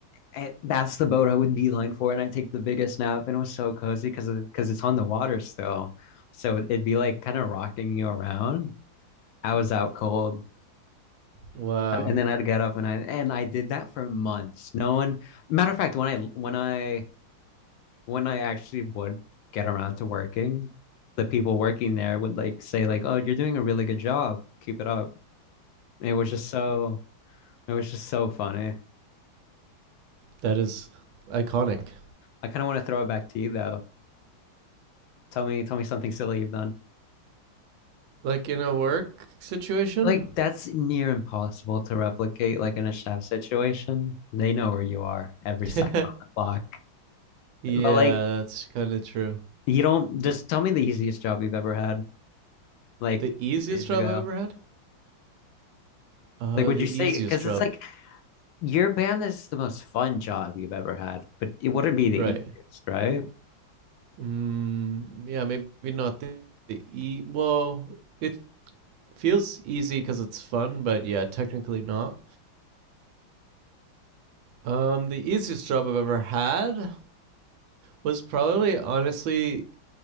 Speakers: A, on the left; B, on the right.
A: And that's the boat I would beeline for, and I take the biggest nap, and it was so cozy because because it's on the water still, so it'd be like kind of rocking you around. I was out cold,
B: <laughs> wow.
A: and then I'd get up, and I and I did that for months. No one, matter of fact, when I when I when I actually would get around to working, the people working there would like say like, "Oh, you're doing a really good job. Keep it up." And it was just so it was just so funny.
B: That is iconic.
A: I kind of want to throw it back to you though. Tell me, tell me something silly you've done.
B: Like in a work situation?
A: Like that's near impossible to replicate like in a chef situation. They know where you are every
B: <laughs>
A: second
B: yeah,
A: on the clock.
B: that's
A: But like
B: kind of true.
A: you don't just tell me the easiest job you've ever had like
B: The
A: a
B: easiest
A: few years
B: job
A: ago.
B: I've ever had? Uh,
A: Like would
B: the
A: you
B: easiest
A: say because
B: job.
A: it's like your band is the most fun job you've ever had, but it wouldn't be the
B: Right.
A: easiest, right?
B: Mm, yeah, maybe not the, the e. Well, it feels easy because it's fun, but yeah, technically not. Um, the easiest job I've ever had was probably honestly